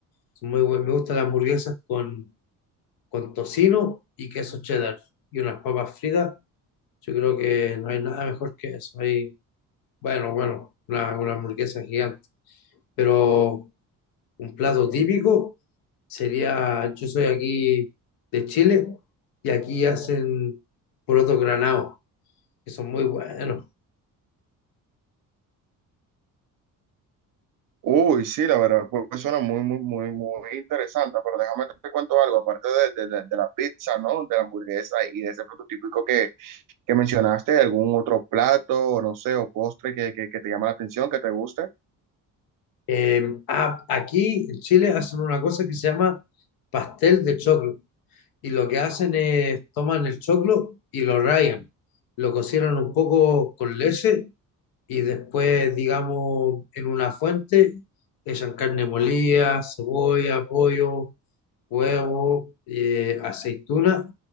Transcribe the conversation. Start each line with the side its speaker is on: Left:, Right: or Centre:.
Left: Son muy buenas. Me gustan las hamburguesas con, con tocino y queso cheddar. Y unas papas fritas. Yo creo que no hay nada mejor que eso. Hay, bueno, bueno, una, una hamburguesa gigante. Pero un plato típico sería, yo soy aquí de Chile y aquí hacen porotos granados, que son muy buenos.
Right: Uy, sí, la verdad, pues pues suena muy, muy, muy, muy interesante, pero déjame te cuento algo, aparte de, de- de- de la pizza, ¿no? De la hamburguesa y de ese plato típico que, que mencionaste, ¿algún otro plato, o no sé, o postre que, que, que te llama la atención, que te guste?
Left: Eh, ah, aquí en Chile hacen una cosa que se llama pastel de choclo. Y lo que hacen es toman el choclo y lo rayan. Lo cocinan un poco con leche y después, digamos, en una fuente echan carne molida, cebolla, pollo, huevo, eh, aceituna.